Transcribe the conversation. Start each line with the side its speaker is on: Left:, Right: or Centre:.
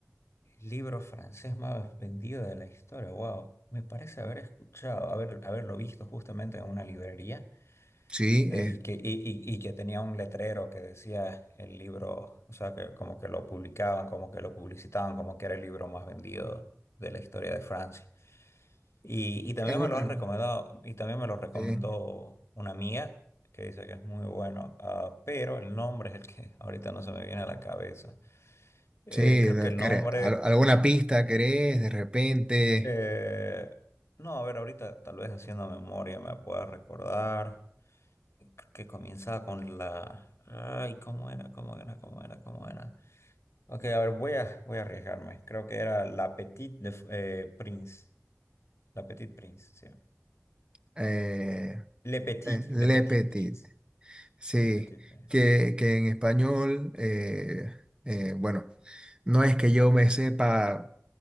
Left: libro francés más vendido de la historia. Wow, me parece haber escuchado, haber, haberlo visto justamente en una librería.
Right: Sí,
Left: Eh,
Right: eh,
Left: Y que, y, y- y que tenía un letrero que decía el libro, o sea, que como que lo publicaban, como que lo publicitaban, como que era el libro más vendido de la historia de Francia. Y, y también
Right: es un-
Left: me lo has recomendado, y también me lo recomendó
Right: eh,
Left: una amiga que dice que es muy bueno, ah, pero el nombre es el que <laughs> ahorita no se me viene a la cabeza. Eh,
Right: sí,
Left: creo
Right: la-
Left: que el
Right: quere-
Left: nombre,
Right: al- ¿alguna pista querés? De repente,
Left: eh, no, a ver, ahorita tal vez haciendo memoria me pueda recordar. que comienza con la... Ay, ¿cómo era? ¿Cómo era? ¿Cómo era? ¿Cómo era? Ok, a ver, voy a, voy a arriesgarme. Creo que era La Petite de, eh, Prince. La Petite Prince, sí.
Right: eh,
Left: Le Petit,
Right: eh, Le
Left: Le Petit
Right: Petit.
Left: Prince.
Right: Sí,
Left: Le Petit Prince.
Right: que, que en español, eh, eh, bueno, no es que yo me sepa